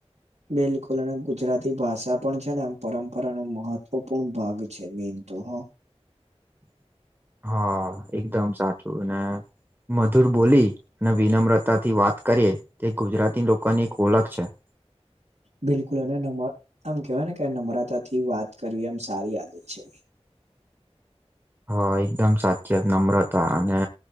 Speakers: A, on the right; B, on the right.
A: બિલકુલ અને ગુજરાતી ભાષા પણ છે ને આમ પરંપરાનો મહત્વપૂર્ણ ભાગ છે. ભીન તો હ
B: <inaudible> હા, એકદમ સાચું અને મધુર બોલી અને વિનમ્રતાથી વાત કરીએ તે ગુજરાતી લોકોની એક ઓળખ છે. <unintelligible>
A: બિલકુલ અને નમ ઉત્તમ કેહેવાયને કે નમ્રતા થી વાત કરવી એમ સારી આદત છે.
B: <unintelligible> હ, એકદમ સાચી વાત નમ્રતા અને